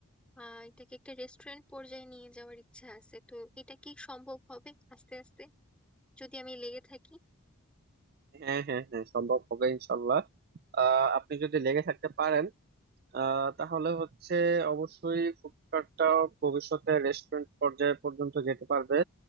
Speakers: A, in the centre; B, on the right.
A: আহ এটাকে একটা রেস্টুরেন্ট পর্যায়ে নিয়ে যাওয়ার ইচ্ছা আছে তো এটা কি সম্ভব হবে আস্তে আস্তে যদি আমি লেগে থাকি
B: হ্যাঁ হ্যাঁ হ্যাঁ সম্ভব হবে ইনশাল্লাহ আহ আপনি যদি লেগে থাকতে পারেন আহ তাহলে হচ্ছে অবশ্যই ফুডকার্টটা ভবিষ্যতে রেস্টুরেন্ট পর্যায়ে পর্যন্ত যেতে পারবে